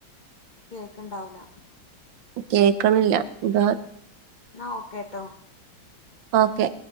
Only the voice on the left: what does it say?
കേൾക്ക്‌ണ്ടാവുല
ന്നാ ഓക്കെ ട്ടോ